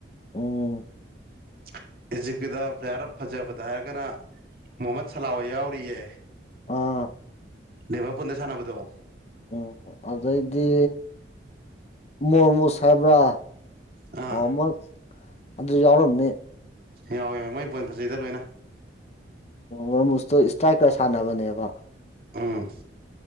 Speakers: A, on the left (about 35°); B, on the right (about 50°).
A: ꯎꯝ
B: <inaudible> ꯏꯖꯤꯞꯀꯤꯗ ꯄ꯭ꯂꯦꯌꯥꯔ ꯐꯖꯕꯗ ꯍꯥꯏꯔꯒꯅ ꯃꯨꯍꯃꯠ ꯁꯂꯥꯍꯣꯏ ꯌꯥꯎꯔꯤꯌꯦ
A: ꯑꯥ
B: ꯅꯕ ꯄꯨꯟꯅ ꯁꯅꯅꯕꯗꯣ
A: ꯎꯝ ꯑꯗꯩꯗꯤ ꯃꯣꯔꯃꯨ ꯁꯥꯕ꯭ꯔꯥ
B: ꯑꯥ
A: ꯑꯃ ꯑꯗꯨ ꯌꯥꯎꯔꯃꯦ
B: ꯌꯥꯎꯋꯦ ꯌꯥꯎꯋꯦ ꯃꯣꯏ ꯄꯣꯏꯟ ꯐꯖꯩꯗ ꯂꯣꯏꯅ
A: ꯃ ꯃꯨꯁꯇꯣ ꯏꯁꯇ꯭ꯔꯥꯏꯀꯔ ꯁꯥꯟꯅꯕꯅꯦꯕ
B: ꯑꯥ